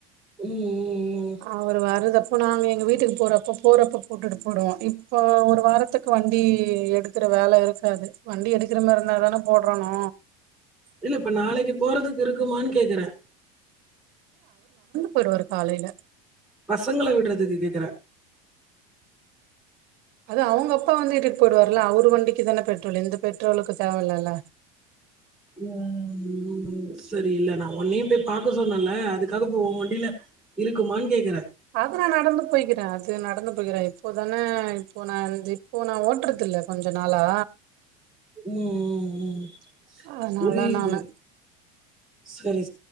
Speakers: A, in the centre; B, on the right (about 55°).
A: ம், ம், ம்.
B: அவரு வரத இப்போ நாங்க எங்க வீட்டுக்கு போறப்போ போறப்போ போட்டுட்டு போறோம். இப்போ ஒரு வாரத்துக்கு வண்டி எடுக்ற வேல இருக்காது. வண்டி எடுக்ற மாரி இருந்தா தான போட்றணு
A: இல்ல இப்ப நாளக்கி போறதுக்கு இருக்குமான்னு கேக்குறே
B: போய்டுவார் காலையில
A: பசங்கள விட்றதுக்கு கேக்குற
B: அது அவங்க அப்பா வந்து இட்டுட்டு போய்டுவாருல்ல அவரு வண்டிக்கு தான பெட்ரோல் இந்த பெட்ரோலுக்கு தேவ இல்லல்ல
A: ம் சரி இல்ல நா ஒன்னையு போய் பாக்க சொன்னேல்ல அதுக்காக இப்ப ஓ வண்டில இருக்குமான்னு கேக்குற
B: அது நா நடந்து போய்க்கிறே அது நடந்து போய்க்கிறே இப்போதான இப்போ நா இந் இப்போ நா ஓட்றதில்ல கொஞ்ச நாளா
A: ம் ம் ம்
B: அதனால
A: புரியுது
B: நானு
A: செரி